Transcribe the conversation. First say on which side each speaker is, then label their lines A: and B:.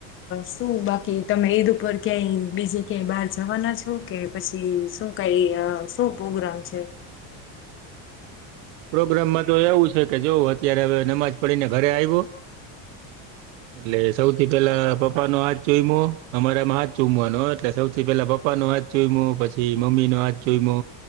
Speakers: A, on the left; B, on the right.
A: શું, બાકી તમે ઈદ ઉપર ક્યાય બીજું કે બહાર જવાના છો કે પછી શું કંઈ, શું પ્રોગ્રામ છે?
B: પ્રોગ્રામમાં તો એવું છે કે, જો અત્યારે હવે નમાજ પડીને ઘરે આવ્યો એટલે સૌથી પેલા પપ્પાો હાથ ચુઈમો. અમારામાં હાથ ચૂમવાનો એટલે સૌથી પેલા પપ્પા નો હાથ ચૂઈમો, પછી મમ્મી નો હાથ ચૂઈમો,